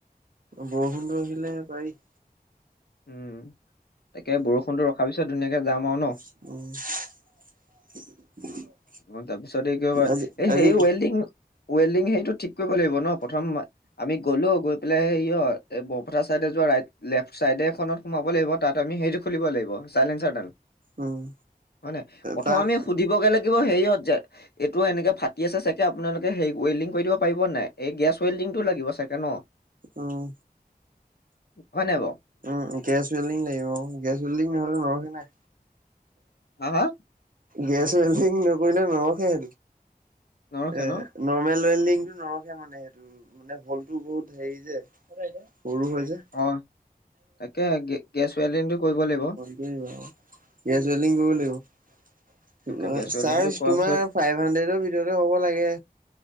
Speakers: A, on the right; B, on the left.
A: বৰষুণটো ৰখিলে পাৰি
B: উম, তাকে বৰষুণটো ৰখাৰ পিছত ধুনীয়াকে যাম আৰু ন
A: <inaudible>
B: অ, তাৰপিছত এই কি কয়
A: আজি
B: এই
A: আজি
B: সে ৱেল্ডিং ৱেল্ডিং সেইটো ঠিক কৰিব লাগিব ন প্ৰথম। আমি গ'লো গৈ পেলাই সেই অ, এই বৰপথাৰ চাইডে যোৱা ৰাইট লেফট চাইডে এখনত। সোমাব লাগিব তাত আমি সেইটো খুলিব লাগিব চাইলেন্সাৰ ডাল।
A: উম,
B: হয় নে প্ৰথম
A: তাত
B: আমি সুধিবগে লাগিব হেৰিয়ত যে এইটো এনেকে ফাটি আছে চাগে আপোনালোকে সেই ৱেল্ডিং কৰি দিব পাৰিব নাই এই গেছ ৱেল্ডিংটো লাগিব চাগে ন
A: উম,
B: হোৱা নে বাৰু।
A: উম, গেছ ৱেল্ডিং লাগিব গেছ ৱেল্ডিং নহলে নৰখি নাই।
B: হা হা
A: গেছ উৱেচিং নকৰিলে নৰহে।
B: নৰখে
A: এ
B: ন
A: নৰৰ্মেল ৱেল্ডিংটো নৰখীয়া মানে সেইটো। মানে হলটো বহুত হেৰি যে সৰু হয় যে
B: অ, তাকে গেছ ৱেল্ডিংটো কৰিব লাগিব।
A: গেছ ৱেলিং কৰিব লাগিব
B: তাকে গেছ
A: চাৰ
B: ৱেল্ডিংটো কৰাৰ
A: তোমাৰ।
B: পিছত
A: ফাইভ হাড্ৰেডৰ ভিতৰতে হ'ব লাগে।